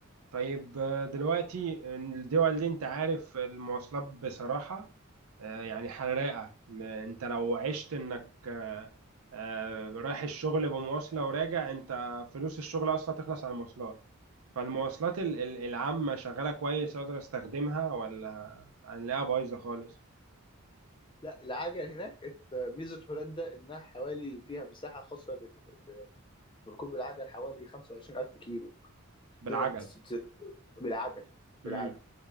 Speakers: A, on the right; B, on the left.
A: طيب آه، دلوقتي الدول دي انت عارف المواصلات بصراحة آه، يعني حراقة م- انت لو عشت انك آه، آه، رايح الشغل بمواصلة وراجع انت فلوس الشغل اصلا تخلص على المواصلات فالمواصلات ال- ال- العامة شغالة كويس اقدر استخدمها ولا هنلاقيها بايظة خالص
B: لا العجل هناك ات- ميزة هولندا إنها حوالي فيها مساحة خاصة بال- بركوب العجل حوالي 25000 كيلو
A: بالعجل
B: تقدر تس- ت- بالعجل
A: امم
B: بالعجل